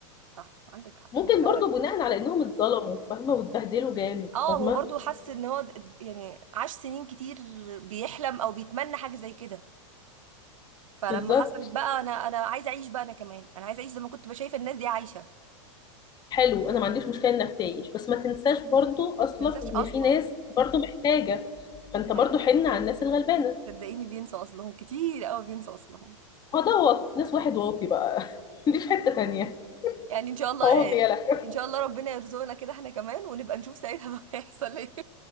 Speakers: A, on the right; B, on the left.
A: صح عندك حق
B: ممكن
A: هو فعلا
B: برضو بناء على انهم اتظلموا فاهمه واتبهدلوا جامد
A: اه
B: فاهمه
A: هو برضو حس ان هو د- د- يعني عاش سنين كتير بيحلم او بيتمنى حاجه زي كده فلما
B: بالظبط
A: حصلت بقى انا انا عايزه اعيش بقى انا كمان انا عايزه اعيش زي ما كنت شايفه الناس دي عايشه
B: حلو انا ما عنديش مشكله انك تعيش بس ما تنساش برضو اصلا
A: ما ننساش
B: ان
A: اصلا
B: في ناس برضو محتاجه فانت
A: لا
B: برضو
A: لا
B: حن على الناس الغلبانه
A: صدقيني بينسوا اصلهم كتير قوي بينسوا اصلهم
B: اه ده واط ناس واحد واطي بقى <laughs> دي في حته تانية
A: يعني ان شاء الله
B: واطي
A: إيه،
B: يلا
A: ان شاء الله ربنا يرزقنا كده احنا كمان ونبقى نشوف ساعتها بقى <laughs> هيحصل ايه